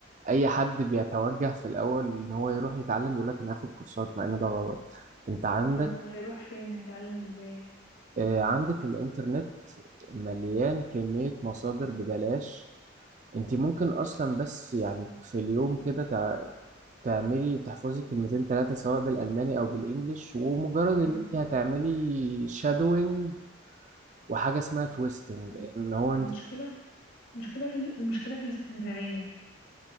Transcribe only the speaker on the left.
طب امال هيروح فين هيتعلم ازاي
امم
بس
المشكله المشكله في ال- المشكله في الاستمراريه